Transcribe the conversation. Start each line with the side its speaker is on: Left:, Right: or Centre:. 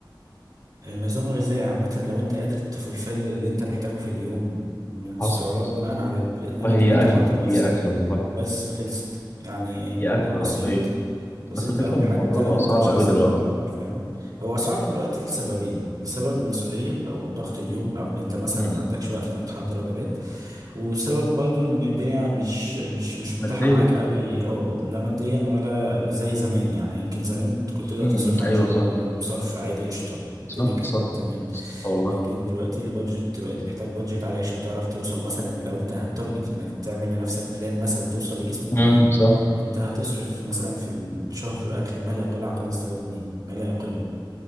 Right: النظام الغذائي عامة لو انت قادر تفلفل اللي انت محتاجه في اليوم من السعرات
Left: حصل حصل
Right: بناء على البرنامج
Left: والله هي
Right: اللي انت
Left: اكل
Right: حاطه لنفسك
Left: هي اكل والله
Right: بس خلصت يعني الموضوع
Left: هي اكل
Right: بسيط
Left: حرفيا
Right: بسيط
Left: بس الفكره
Right: قوي
Left: ان
Right: حتى
Left: الموضوع
Right: لو
Left: بقى
Right: انت
Left: صعب
Right: مش
Left: قوي
Right: عايز
Left: دلوقتي
Right: تتمرن فاهم هو صعب دلوقتي لسببين لسبب المسؤولية او الضغط اليوم او ان انت مثلا
Left: م-
Right: ما عندكش
Left: م.
Right: وقت انك تحضر وجبات وسبب برضو ان الدنيا مش مش مش متاحة
Left: ماديا
Right: معاك قوي اه لا ماديا ولا زي زمان يعني يمكن زمان كنت تقدر
Left: م-
Right: تصرف
Left: م.
Right: على
Left: ايوه
Right: الجيم
Left: صح
Right: بصرف عادي قشطة الدنيا
Left: صح
Right: كانت
Left: صح
Right: تمام
Left: صح, صح. والله
Right: لكن دلوقتي البادجت بقت محتاج بادجت عالي عشان تعرف توصل مثلا لو انت هتارجت انك تعمل لنفسك بلان مثلا توصل لجسم معين
Left: م- صح
Right: انت هتصرف مثلا في الشهر اكل ما لا يقل عن 5000 جنيه ما لا يقل